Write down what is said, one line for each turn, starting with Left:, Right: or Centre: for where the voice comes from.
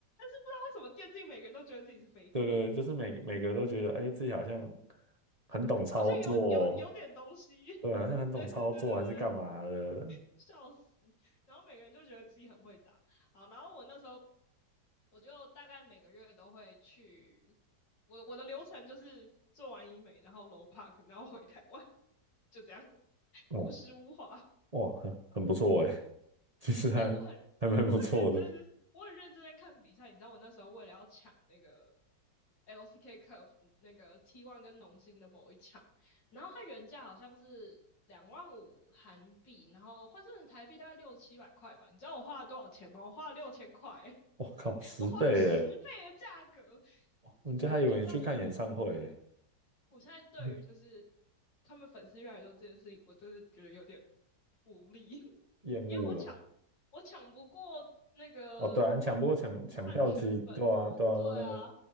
Left: 是不知道为什么电竞每个人都觉得自己是 f a k
Right: 对对，
Left: e
Right: 就是每每个都觉得，哎，自己好像很懂操作，
Left: 好像有有有点东西。<laughs>
Right: 对，好像很懂操作还是干嘛的，
Left: 对对对对对，笑死。然后每个人就觉得自己很会打。好，然后我那时候我就大概每个月都会去，我的我的流程就是做完医美，然后 low park，然后回台湾，就这样，
Right: 哦，
Left: 朴实无华。
Right: 哇，很很不错哎，<laughs> 其实还
Left: 哎、我很我很认真的，
Right: 还蛮不错的，
Left: 我很认真在看比赛。你知道我那时候为了要抢那个 LCK Cup 那个 T1 跟农心的某一场，然后它原价好像是两万五韩币，然后换算成台币大概六七百块吧。你知道我花了多少钱吗？我花了六千块。
Right: 我靠，十倍哎，
Left: 我花了十倍的价格，
Right: 人家还以为你去看演唱会哎，
Left: 所以你就知道我我现在对于就是
Right: 嗯
Left: 他们粉丝越来越多这件事情，我真的觉得有点无力，<laughs> 因为我抢
Right: 厌恶了，
Left: 我抢不过那个
Right: 哦，对啊，你抢不过抢抢票机，
Left: 饭圈粉啊，
Right: 对啊，对啊，
Left: 对啊，
Right: 对啊那个